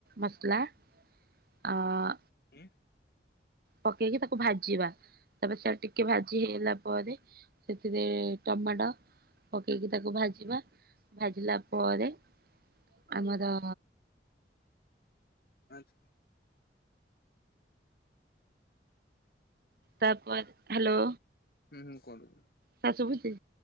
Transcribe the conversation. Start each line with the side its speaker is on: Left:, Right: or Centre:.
Right: ମସଲା ଆଁ
Left: ହୁଁ
Right: ପକେଇକି ତାକୁ ଭାଜିବା ତାପରେ ସେଟା ଟିକେ ଭାଜି ହେଇଗଲା ପରେ ସେଥିରେ ଟମାଟୋ ପକେଇକି ତାକୁ ଭାଜିବା, ଭାଜିଲା ପରେ ଆମର
Left: ଆଚ୍ଛା
Right: ତାପରେ ହ୍ୟାଲୋ
Left: ହୁଁ ହୁଁ କୁହନ୍ତୁ।
Right: ସାର୍ ଶୁଭୁଚି?